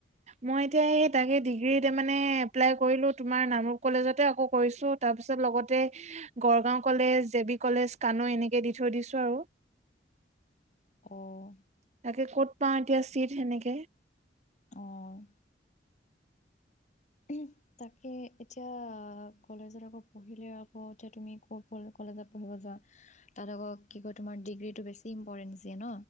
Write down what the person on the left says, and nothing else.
অ'
অ'। ওহ, তাকে এতিয়া কলেজত আকৌ পঢ়িলে আকৌ এতিয়া তুমি কপ কলেজত পঢ়িব যোৱা, তাত আকৌ কি কয় তোমাৰ ডিগ্ৰীটো বেছি ইম্পৰ্টেঞ্চ দিয়ে ন?